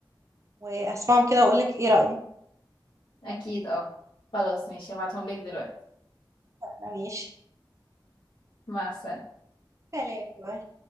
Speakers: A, on the right; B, on the left.
A: وهسمعهم كده واقول لك ايه رأيي
B: أكيد اه خلاص ماشي هبعتهم لك دلوقتي
A: أنا ماشي
B: مع السلامة
A: سلام باي